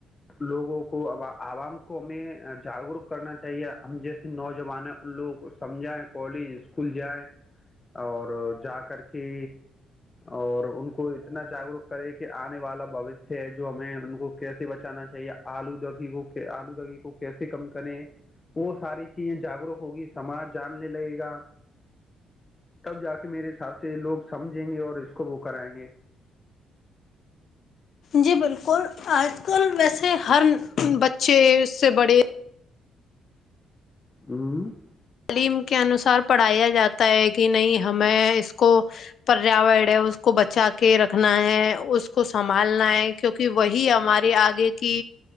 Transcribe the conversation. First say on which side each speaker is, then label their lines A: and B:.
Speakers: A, on the left; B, on the left.
A: لوگوں کو عوام کو ہمیں جاگروک کرنا چاہیے ہم جیسے نوجوان ہیں ان لوگوں کو سمجھائیں کالج اسکول جائیں اور جا کر کے اور ان کو اتنا جاگروک کرے کہ آنے والا بوشیہ ہے جو ہمیں ان کو کیسے بچانا چاہیے آلودودگی کو آلودگی کو کیسے کم کرے وہ ساری چیزیں جاگروک ہوگی سماج جاننے لگے گا تب جا کہ میرے حساب سے لوگ سمجھیں گے اور اس کو وہ کرائیں گے
B: جی بالکل اور آج کل ویسے ہر بچ ا چھے سے بڑے <unintelligible>
A: ہوں <unintelligible>
B: تعلیم <unintelligible> <unintelligible> کے انوسار پڑھایا جاتا ہے کہ نہیں ہمیں اس کو پریا ہے اس کو بچا کے رکھنا ہے اس کو سنبھالنا ہے کیونکہ وہی ہمارے آگے کی